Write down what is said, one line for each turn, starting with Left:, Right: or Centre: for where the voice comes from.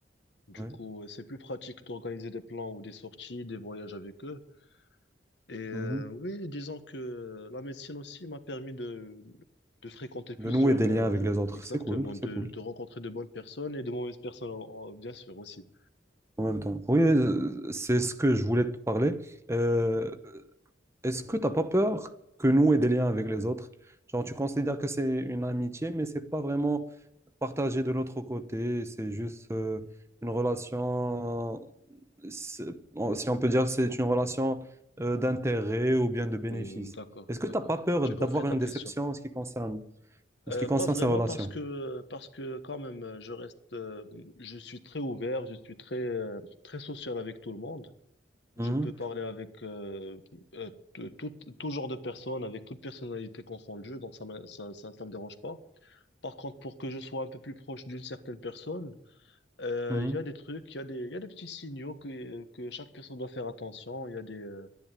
Left: Du
Right: Ouais.
Left: coup, euh, c'est plus pratique d'organiser des plans ou des sorties, des voyages avec eux. Et euh,
Right: Mhm.
Left: oui, disons que euh, la médecine aussi m'a permis de, de fréquenter plusieurs,
Right: De nouer des
Left: euh,
Right: liens avec les autres,
Left: exactement,
Right: c'est cool, c'est
Left: de,
Right: cool.
Left: de rencontrer de bonnes personnes et de mauvaises personnes, en- en- bien sûr, aussi.
Right: En même temps. Oui, euh, c'est ce que je voulais te parler. Euh, est-ce que t'as pas peur que nous ait des liens avec les autres? Genre, tu considères que c'est une amitié, mais c'est pas vraiment partagé de l'autre côté. C'est juste euh, une relation, c'est- on- si on peut dire, c'est une relation euh, d'intérêt ou bien de bénéfice.
Left: Hum, d'accord,
Right: Est-ce que
Left: d'accord.
Right: t'as pas peur
Left: J'ai compris
Right: d'avoir
Left: ta
Right: une
Left: question.
Right: déception en ce qui concerne, en
Left: Euh,
Right: ce qui concerne
Left: pas vraiment
Right: ces relations?
Left: parce que parce que quand même euh, je reste euh, je suis très ouvert je suis très euh, très social avec tout le monde
Right: Mhm,
Left: Je peux parler avec euh, euh, t- tout, tout genre de personnes, avec toute personnalité confondue, donc ça me, ça, ça, ça me dérange pas. Par contre, pour que je sois un peu plus proche d'une certaine personne, euh,
Right: mhm.
Left: il y a des trucs, il y a des, il y a des petits signaux que, que chaque personne doit faire attention. Il y a des, euh,